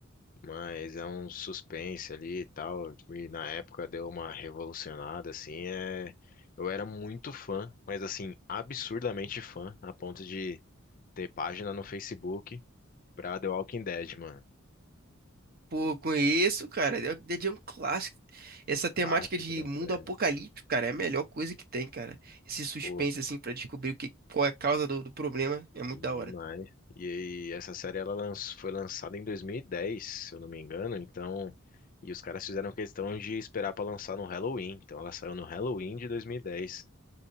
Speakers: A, on the left; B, on the right.
A: Mas é um suspense ali e tal. E na época deu uma revolucionada, assim. É... Eu era muito fã, mas assim, absurdamente fã, a ponto de ter página no Facebook pra The Walking Dead, mano.
B: Pô, conheço, cara. The Walking Dead é um clássico. Essa temática
A: Clássico
B: de
A: da
B: mundo
A: série.
B: apocalíptico, cara, é a melhor coisa que tem, cara. Esse suspense,
A: Pô,
B: assim, pra descobrir o que, qual é a causa do, do problema, é muito
A: demais.
B: da hora.
A: E aí, essa série ela lanç- foi lançada em 2010, se eu não me engano, então. E os caras fizeram questão de esperar pra lançar no Halloween. Então ela saiu no Halloween de 2010.